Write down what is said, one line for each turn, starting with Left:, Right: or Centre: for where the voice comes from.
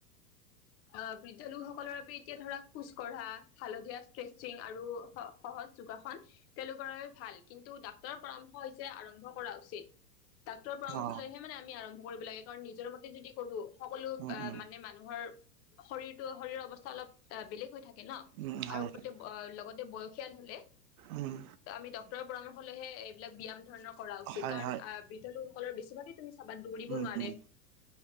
Left: অহ বৃদ্ধ লোকসকলৰ বাবে এতিয়া ধৰা খোজ কঢ়া হালধীয়া ষ্ট্ৰেছিং আৰু সহজ যোগাসন তেওঁলোকৰ বাবে ভাল কিন্তু ডাক্তৰৰ পৰামৰ্শ হৈছে আৰম্ভ কৰা উচিত। ডাক্তৰৰ পৰামৰ্শ
Right: অ
Left: লৈহে মানে আমি আৰম্ভ কৰিব লাগে। কাৰণ নিজৰ মতে যদি কৰো। সকলো
Right: উম
Left: অ
Right: উম
Left: মানে মানুহৰ শৰীৰতো শৰীৰৰ অৱস্থা অলপ অ বেলেগ হৈ থাকে ন
Right: উম হয়
Left: আৰু গোটেই
Right: হয়
Left: লগত বয়সীয়াল হলে
Right: উম
Left: ত আমি ডক্তৰৰ পৰামৰ্শ লৈহে এ বিলাক ব্যায়াম ধৰণক কৰা উচিত
Right: হয়
Left: কাৰণ
Right: হয়
Left: অ বৃদ্ধ লোক সকলৰ বেছিভাগে তুমি চাবা দৌৰিব
Right: উম
Left: নোৱাৰে।
Right: উম